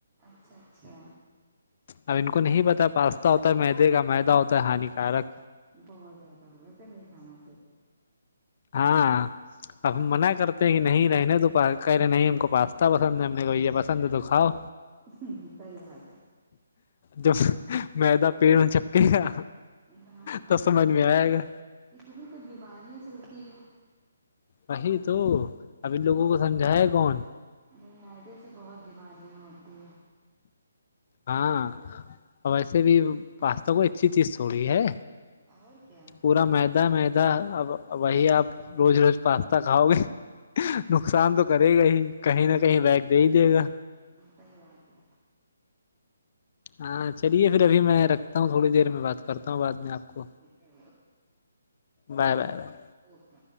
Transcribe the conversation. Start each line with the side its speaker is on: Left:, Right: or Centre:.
Right: اچھا اچھا
Left: اب ان کو نہیں پتا پاستا ہوتا ہے میدے کا مدہ ہوتا ہے ہانیکارک
Right: بہت زیادہ ہو ویسے نہیں کھانا چاہیے
Left: ہاں اب ہم منع کرتے ہیں کہ نہیں رہنے تو کہے نہیں ہم کو پاستا پسند ہے ہم کو یہ پسند ہے تو کھاؤ
Right: ہ سحی بات ہے
Left: جو میدا پیڑ میں چپکے گا
Right: ہاں
Left: تو سمج میں آیا گا
Right: اتنی تو بیماریاں چلتی ہیں
Left: وہی تو ابھی لوگوں کو سمجھایا کون
Right: نہیں معدے سے بہت بیماریاں ہوتی ہیں
Left: ہاں ویسے بھی پاستا کو اچھی چیز تھوڑی ہے
Right: اور کیا
Left: پورا مدا مدا اب وہی آپ روز روز پاستا کھاؤ گے نقصان تو کرے گا ہی کہیں نہ کہیں بیگ دے ہی دے گا
Right: ہ سی بات ہے
Left: ہاں چلیے پھر ابھی میں رکھتا ہوں تھوڑ دیر میں بات کر کرتا ہوں بعد میں آپ کو
Right: ٹھیک ہے
Left: بائے بائے بائے
Right: او ہو